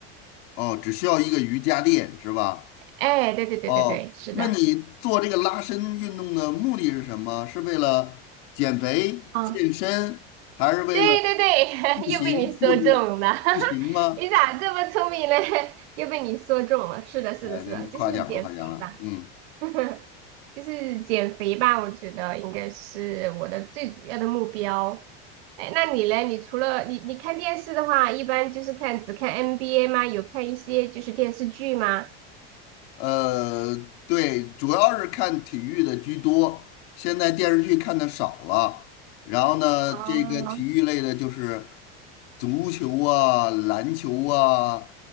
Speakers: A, on the left; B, on the right.
A: 哦，只需要一个瑜伽垫是吧？
B: 哎，对对对对对，
A: 哦，
B: 是的，
A: 那你做这个拉伸运动的目的是什么？是为了减肥、
B: 嗯，
A: 健身，还是为了
B: 对对对，
A: 塑形、
B: <laughs> 又被你说中了，
A: 复制塑形吗？
B: <laughs> 哈哈，你咋这么聪明呢？<laughs> 又被你说中了，是的，是的，
A: 哎，
B: 是的，
A: 您夸奖了，
B: 就是减肥吧。
A: 夸奖了，嗯，
B: <laughs> 就是减肥吧，我觉得应该是我的最主要的目标。哎，那你嘞？你除了你你看电视的话，一般就是看只看 NBA 吗？有看一些就是电视剧吗？
A: 呃，对，主要是看体育的居多，现在电视剧看的少了。然后呢，
B: 哦，
A: 这个体育类的就是足球啊、篮球啊、